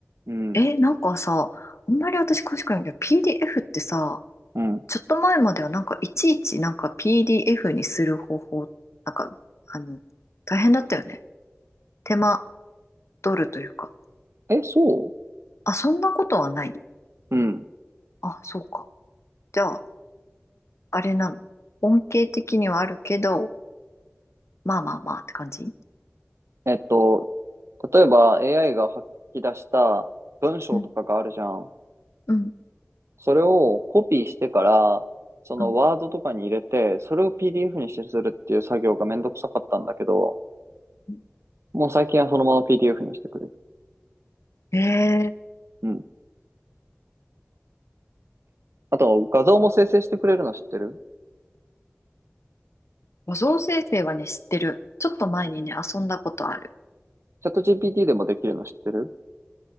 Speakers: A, on the right (about 70°); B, on the left (about 80°).
A: うん。
B: え、なんかさ、あんまり私詳しくないけど、PDF ってさ、
A: うん。
B: ちょっと前まではなんかいちいちなんか PDF にする方法、なんか、あの、大変だったよね。手間取るというか。
A: え、そ
B: あ、そんなことはない
A: ううん。
B: あ、そうか。じゃあ、あれなの。恩恵的にはあるけど、まあまあまあって感じ
A: えっと、例えば AI が吐き出した文章とかがあるじゃん。
B: うん、うん、
A: それをコピーしてから、そのワードとかに入れて、
B: うん。
A: それを PDF にしてするっていう作業がめんどくさかったんだけど、
B: うん
A: もう最近はそのまま PDF にしてくれる。
B: えー、
A: うん。あと、画像も生成してくれるの知ってる
B: 画像生成はね、知ってる。ちょっと前にね、遊んだことある。
A: チャット GPT でもできるの知ってる